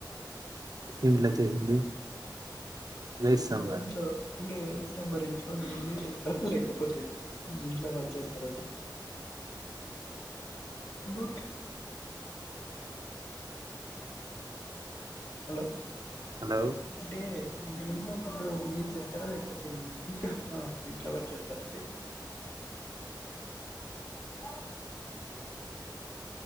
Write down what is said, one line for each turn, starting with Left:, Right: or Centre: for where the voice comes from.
Right: ఇంట్లా చేసిరైస్ సాంబార్
Left: ఇంట్లో అంటే ఏం ఇష్టం మరి ఇంట్లో మీ మీరు చేస్తారా లేకపోతే మీ ఇంట్లో వాళ్ళు చేస్తారండి డూట్ హలో
Right: హలో
Left: అంటే ఇంట్లో ఇప్పుడు మీరు చేస్తారా లేకపోతే ఇంకా ఇంట్లో వాళ్ళు చ్చేస్తారండి ఆ